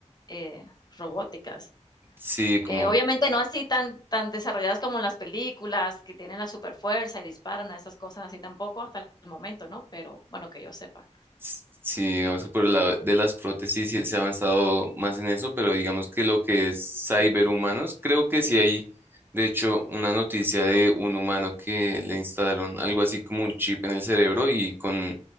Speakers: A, on the left (about 35°); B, on the right (about 15°).
A: eh, robóticas.
B: Sí,
A: Eh,
B: como,
A: obviamente no así tan tan desarrolladas como en las películas, que tienen la superfuerza y disparan a esas cosas así tampoco hasta el momento, ¿no? Pero bueno, que yo sepa.
B: sí, digamos que por el lado de las prótesis sí se ha avanzado más en eso, pero digamos que lo que es cyberhumanos,
A: Sí.
B: creo que sí hay, de hecho, una noticia de un humano que le instalaron algo así como un chip en el cerebro y con,